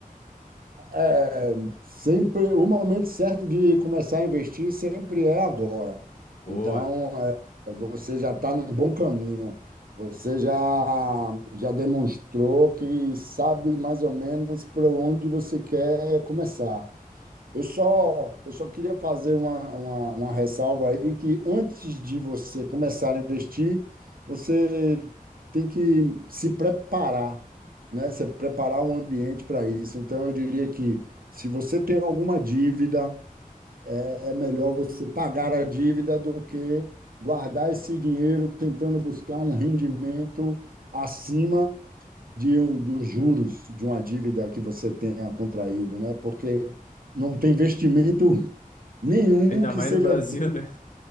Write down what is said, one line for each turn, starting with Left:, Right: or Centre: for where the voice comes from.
Right: É, sempre o momento certo de começar a investir sempre é agora.
Left: Boa.
Right: Então, é, você já está num bom caminho. Você já, já demonstrou que sabe mais ou menos para onde você quer começar. Eu só, eu só queria fazer uma, uma, uma ressalva aí que antes de você começar a investir, você tem que se preparar, né? Se preparar um ambiente para isso. Então, eu diria que se você tem alguma dívida, é melhor você pagar a dívida do que guardar esse dinheiro tentando buscar um rendimento acima de, um- dos juros de uma dívida que você tenha contraído, né? Porque não tem investimento nenhum
Left: Ainda
Right: que
Left: mais
Right: seja
Left: no Brasil, né?